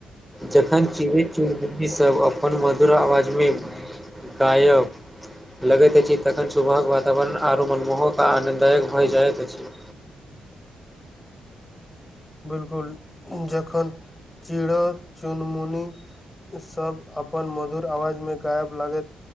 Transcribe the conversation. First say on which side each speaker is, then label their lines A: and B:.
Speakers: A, in the centre; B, on the left (about 20°).
A: जखन चिड़ै चुनमुनीसभ अपन मधुर आवाजमे गायब लगैत अछि तखन सुबहक वातावरण आओरो मनमोहक आ आनन्ददायक भऽ जाइत अछि
B: बिल्कुल जखन चिड़ै चुनमुनी सब अपन मधुर आवाज में गायब लागैत